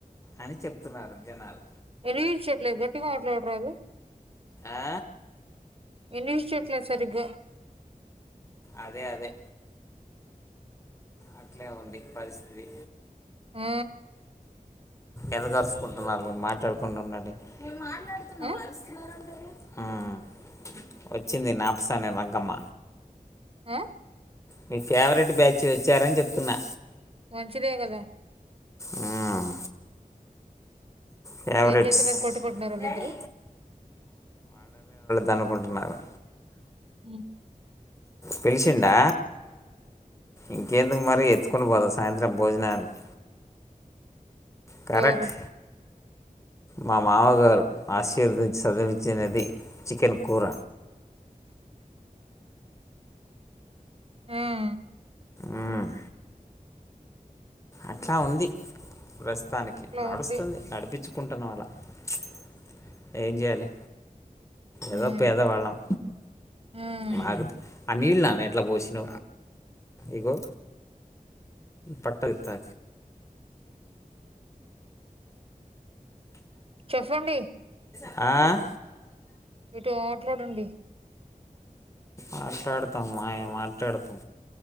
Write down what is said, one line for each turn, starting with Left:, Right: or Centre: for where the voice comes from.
Left: అని చెప్తున్నారు జనాలు.
Right: వినిపించట్లేదు గట్టిగా మాట్లాడరాదు.
Left: ఆ
Right: వినిపించట్లేదు సరిగా.
Left: అదే అదే అట్లే ఉంది పరిస్థితి.
Right: ఆ
Left: ఎందుకు అరుసుకుంటున్నారు మీరు మాట్లాడుకుండా ఉండండి. మాట్లాడుతున్నాం
Right: ఆ
Left: అరుస్తున్నారంటారు మ్మ్ వచ్చింది నర్స్ అనే రంగమ్మ
Right: ఆ
Left: మీ ఫేవరెట్ బ్యాచ్ వచ్చారని చెప్తున్నా
Right: వంచిదేగదా
Left: మ్మ్ ఫేవరెట్స్
Right: ఏం చేస్తున్నారు కొట్టుకుంటున్నారా
Left: డాడీ
Right: మీరిద్దరూ
Left: తన్నుకుంటున్నారు
Right: హ్మ్.
Left: పిలిసిండా ఇంకేందుకు మరి ఎత్తుకుని పోదాం సాయంత్రం భోజనానికి కరెక్ట్
Right: ఎవరు?
Left: మా మామగారు ఆశీర్వదించి చదివించినది చికెన్ కూర
Right: మ్మ్
Left: మ్మ్ అట్లా ఉంది ప్రస్తుతానికి
Right: ఇట్లా
Left: నడుస్తుంది.
Right: ఉంది.
Left: నడిపించుకుంటున్నం ప్చ్ ఏం చేయాలి
Right: హ్మ్.
Left: ఏదో పేదవాళ్ళం
Right: హ్మ్.
Left: మాకు ఆ నీళ్ళు నాన్న ఇట్లా పోసిన ఇగో బట్టలతో
Right: చెప్పండి
Left: ఆ
Right: మీతో మాట్లాడండి
Left: మాట్లాడతా అమ్మా ఇగ మాట్లాడతా